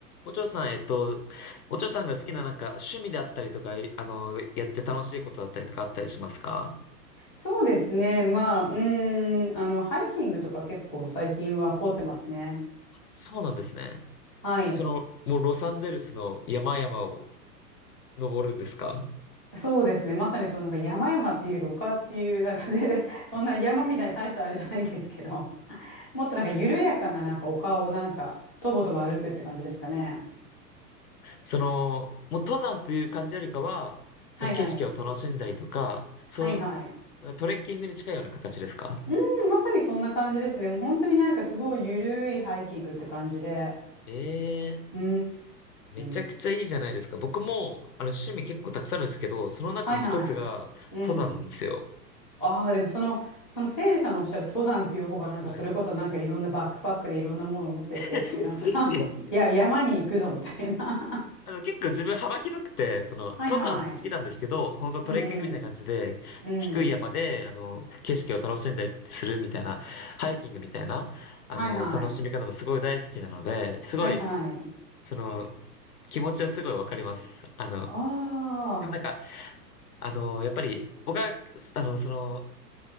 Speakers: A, on the left; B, in the centre.
A: お嬢さん、えっと、お嬢さんが好きななんか趣味だったりとか、いあの、やって楽しいことだったりとかあったりしますか
B: そうですね。まあ、うーん、あの、ハイキングとか結構最近は凝ってますね。
A: そうなんですね。
B: はい。
A: その、もうロサンゼルスの山々を登るんですか
B: そうですね。まさにそのなんか山々っていうより丘っていう、なんか全然、そんな山みたいに大したあれじゃないんですけど、<laughs> もっとなんか緩やかななんか丘をなんか、とぼとぼ歩くって感じですかね。
A: その、もう登山という感じよりかは、その景色を楽しんだりとか、
B: はいはい。
A: そう、
B: はいはい。
A: だからトレッキングに近いような形ですか
B: うん、まさにそんな感じですね。もう本当になんかすごい緩いハイキングって感じで。
A: ええ
B: うー
A: めちゃくちゃいいじゃないですか。
B: ん。
A: 僕も、あの、趣味結構たくさんあるんですけど、その中の一つが登山なんですよ。
B: はいはい。うん。ああ、でもその、その聖司さんのおっしゃる登山っていう方がなんかそれこそなんかいろんなバックパックでいろんなもの持ってってっていうなんか
A: はい。<laughs>
B: <laughs> いや、山に行くぞみたいな
A: あの、結構自分幅広くて、その、
B: <laughs> はいはい。
A: 登山も好きなんですけど、本当トレッキングみたいな感じで、
B: うんうん。うん。
A: 低い山で、あの、景色を楽しんだりするみたいな、ハイキングみたいな、あの、
B: はいはい。
A: 楽しみ方もすごい大好きなので、すごい、
B: はいはい。
A: その、気持ちはすごいわかります。あの、
B: ああ。
A: でもなんか、あの、やっぱり、僕は、あの、その、